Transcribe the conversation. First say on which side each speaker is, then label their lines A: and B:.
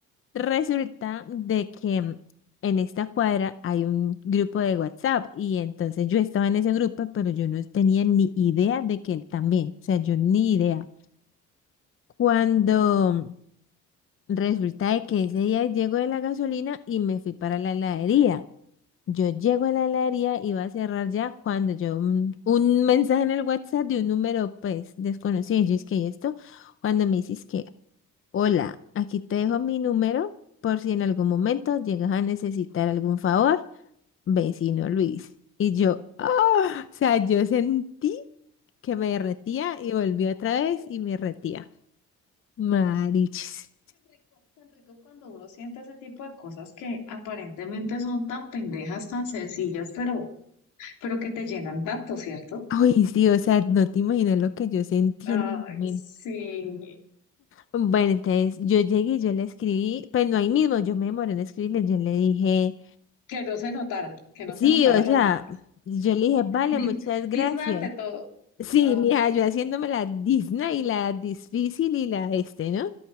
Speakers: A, on the left; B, on the left.
A: Resulta de que en esta cuadra hay un grupo de WhatsApp y entonces yo estaba en ese grupo, pero yo no tenía ni idea de que él también, o sea, yo ni idea. Cuando
B: Ujú.
A: resulta de que ese día llego de la gasolina y me fui para la heladería. Yo llego a la heladería y va a cerrar ya cuando yo mm, un mensaje en el WhatsApp de un número pues desconocido. Yo es que "¿Y esto, cuando me dices que, hola, aquí te dejo mi número por si en algún momento llegas a necesitar algún favor, vecino Luis. Y yo, ah, o sea, yo sentí que me derretía
B: Se
A: y volví
B: me
A: otra
B: bajó
A: vez
B: todo.
A: y me derretía. Marichis.
B: Tan rico, tan rico cuando uno siente ese tipo de cosas que aparentemente son tan pendejas, tan sencillas, pero, pero que te llenan tanto, ¿cierto?
A: Ay, sí, o sea, no te imaginas lo que yo sentí
B: Ay,
A: en el momento.
B: sí.
A: Bueno, entonces yo llegué y yo le escribí, pues no ahí mismo, yo me demoré en escribirle, yo le dije,
B: Que no se notara, que no
A: sí,
B: se notara
A: o
B: las
A: sea,
B: ganas.
A: yo le dije, vale,
B: Dis,
A: muchas gracias.
B: Disney ante todo.
A: Sí,
B: Ajá,
A: mira, yo haciéndome la Disney y la difícil y la este, ¿no?